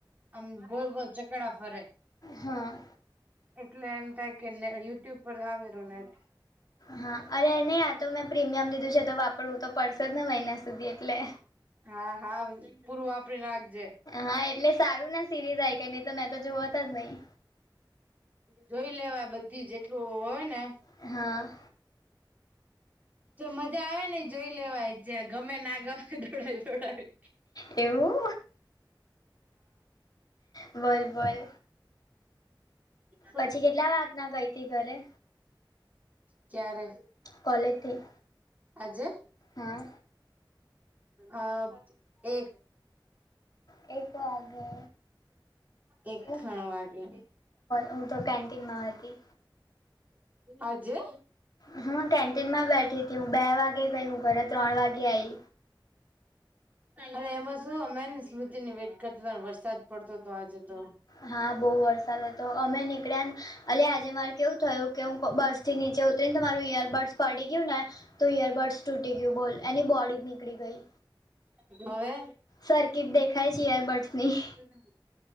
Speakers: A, on the right; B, on the left.
A: આમ ગોલ ગોલ ચકેડા ફરે.
B: હા
A: એટલે એમ થાય કે ને યુટ્યુબ પર આવેરુ નેટ.
B: હા અરે નહી આ તો મેં પ્રીમિયમ લીધું છે તો વાપરવું તો પડશે જ ને મહિના સુધી એટલે.
A: હા હા પૂરું વાપરી નાખજે.
B: હા એટલે સારું ને સિરીઝ આઈ કે નહી તો મેં તો જોવ તજ નહી.
A: જોઈ લેવાય બધી જેટલું હોય ને
B: હા
A: જે મજા આવે ને એ જોઈ લેવાય. જ્યાં ગમે ના ગમે દોડાવી દોડાવીને
B: એવું બોલ બોલ
A: હહ <inaudible>
B: પછી કેટલા વાગના ગઈતી ઘરે?
A: ક્યારે?
B: કોલેજથી
A: આજે?
B: હા
A: અ એક
B: એક વાગે
A: <inaudible> એક
B: હું
A: ખણ વાગે.
B: હું તો કેન્ટીનમાં હતી
A: <inaudible> અજે?
B: હહ કેન્ટીનમાં બેઠીતી હું બે વાગે ગઈ હું ઘરે ત્રણ વાગે આઈ.
A: અરે એમાં શું અમે હે ને સ્મૃતિની વેટ કરતા તા ને વરસાદ પડતો તો આજે તો.
B: હા બહુ વરસાદ હતો અમે નીકળ્યા ન અલી આજે મારે કેવું થયું કે હું બસથી નીચે ઉતરીને તો તમારું ઈયરબડ્સ પડી ગયું ને તો ઈયરબડ્સ તૂટી ગયું બોલ એની બોડી જ નીકળી ગઈ.
A: હવે?
B: સર્કિટ દેખાય છે ઈયરબડ્સની
A: હું